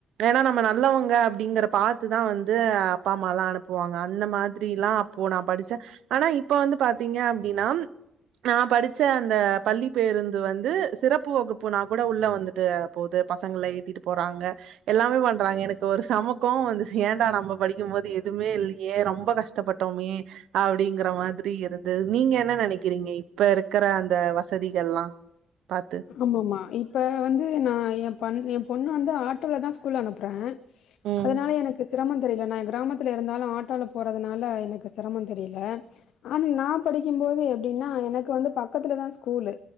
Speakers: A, on the right; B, on the left.
A: ஏனா நம்ம நல்லவங்க அப்டிங்கற பாத்துதா வந்து அப்பா அம்மாலா அனுப்புவாங்க அந்த மாதிரில்லா அப் போ நா படிச்சே ஆனா இப்ப வந்து பாத்தீங்க அப்டின்னா நா படிச்ச அந்த பள்ளி பேருந்து வந்து சிறப்பு வகுப்புனா கூட உள்ளே வந்துட்டு போது பசங்கள ஏத்திட்டு போறாங்க எல்லாமே பண்றாங்க எனக்கு ஒரு செம கோவோ வந்துச் ஏன்டா நம்ம படிக்கும் போது எதுவுமே இல்லியே ரொம்ப கஷ் ட்ட பட்டோமே அப்டிங்கற மாதிரி இருந்து நீங்க என்ன நெனைக்கிறீங்க இப்ப இருக்கிற அந்த வசதிகள்ல்லா பாத்து
B: ஆமாமா இப்போ வந்து நா எ பண் எ பொண்ணு வந்து ஆட்டோலதா ஸ்கூல் அனுப்புறே
A: ம்
B: அதனால எனக்கு சிரமோந் தெரில நா எ கிராமத்துல இருந்தாலு ஆட்டோல போறதுனால எனக்கு செரமோந் தெரில ஆன் நா படிக்கும் போது எப்டின்னா எனக்கு வந்து பக்கத்துலதா ஸ்கூலு